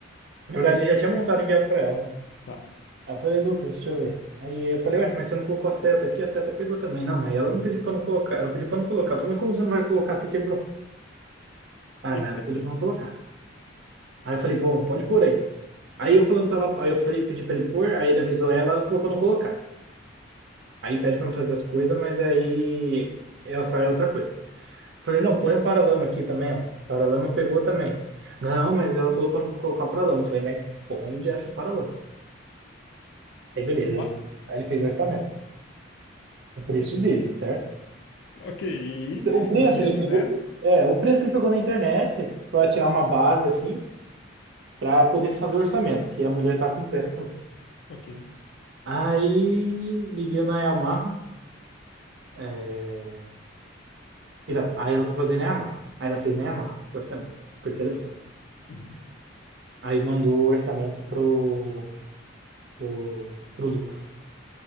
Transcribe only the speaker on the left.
Tá.
<laughs>
Ma-
Ok, e,
e
isso,
né?
Ok.
Uhum.